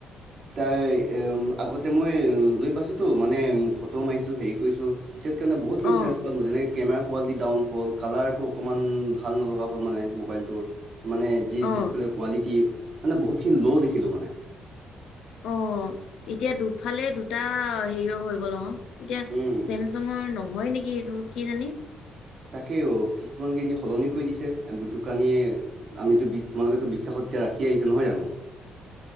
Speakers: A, on the right; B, on the left.
A: তাই এ আগতে মই লৈ পাইছো তো মানে ফটো মাৰিছো হেৰি কৰিছো তেতিয়া সকাৰণে বহুতখিনি
B: অ
A: চেছ পালো যেনে কেমেৰা কোৱালিটি ডাউন হল কেমেৰাটো <unintelligible> অকমান ভাল নলগা হ'ল মানে মোবাইলটোৰ মানে যি
B: অ
A: ডিচপ্লে কোৱালিটি <unintelligible> মানে বহুতখিন ল' দেখিলো মানে
B: অ এতিয়া দুফালে দুটা হেৰিয় হৈ গ'ল অ এতিয়া
A: উম
B: চেমচাঙৰ নহয় নেকি এইটো কি জানি
A: তাকেও কিছুমান খিনি সলনি কৰি দিছে আকৌ দোকানীয়ে আমিতো তোমালোকেতো বিশ্বাসত এতিয়া ৰাখি আহিছে নহয় জানো।